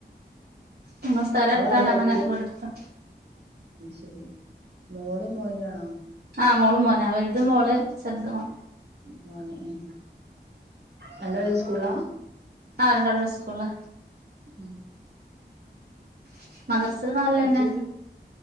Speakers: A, on the right; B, on the right.
A: നമ്മ സ്ഥലടുത്താണ്ട്
B: അവിടെ
A: അങ്ങനെ
B: എൽ
A: വിട് ട്ത്ത
B: പെരി മോളും മോനണോ
A: ആഹ് മോളും മോനാ വല്ത് മോള് ചെർത് മോ
B: മോനേ ഏ രണ്ടാളും ഒരു സ്കൂള്ളാ
A: ആ രണ്ടാളൊരു സ്കൂള്ളാ
B: ഉം
A: <inaudible> മദ്രസല് നാല്ലെന്നെ
B: ഉച്ചക്ക്